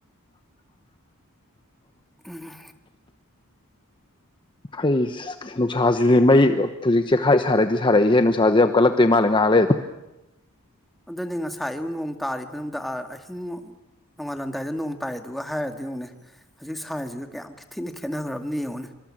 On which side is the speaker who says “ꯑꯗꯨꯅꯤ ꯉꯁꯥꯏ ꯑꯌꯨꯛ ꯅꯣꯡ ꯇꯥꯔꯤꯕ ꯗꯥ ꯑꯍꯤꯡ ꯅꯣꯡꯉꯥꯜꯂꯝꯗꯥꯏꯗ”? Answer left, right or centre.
Centre